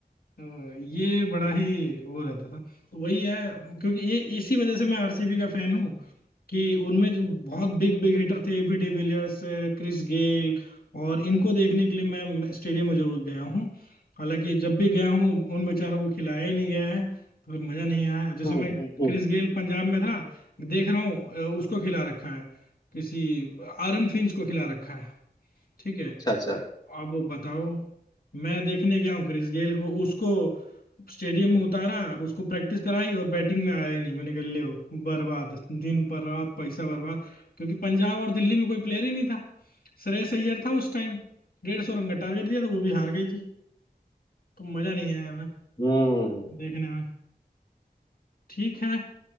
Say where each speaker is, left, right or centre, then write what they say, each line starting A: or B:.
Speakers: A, on the left; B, on the left.
A: अ, ये बड़ा ही वो रहता था तो वही है क्योंकि ये इसी वजह से मैं आरसीबी का फैन हूँ कि उनमें जो बहुत बिग बिग हिटर थे एबी डिविलियर्स क्रिस गेल और इनको देखने के लिए मैं स्टेडियम में जरूर गया हूँ हालांकि जब भी गया हूँ उन बेचारों को खिलाया ही नहीं गया है तो फिर मजा नहीं आया जैसे
B: हम्म
A: मैं
B: हम्म हम्म।
A: क्रिस गेल पंजाब में था देख रहा हूँ अ, उसको खिला रखा है किसी आरन फिंच को खिला रखा है ठीक है
B: अच्छा अच्छा
A: अब बताओ मैं देखने गया हूँ क्रिस गेल को उसको स्टेडियम में उतारा उसको प्रैक्टिस कराई और बैटिंग में आया ही नहीं मैंने कहा ले हो बर्बाद दिन पर रात पैसा बर्बाद क्योंकि पंजाब और दिल्ली में कोई प्लेयर ही नहीं था श्रेयस अय्यर था उस टाइम डेढ़ सौ रन का टारगेट दिया था वो भी हार गई थी तो मजा नहीं आया हमें
B: हम्म
A: देखने में ठीक है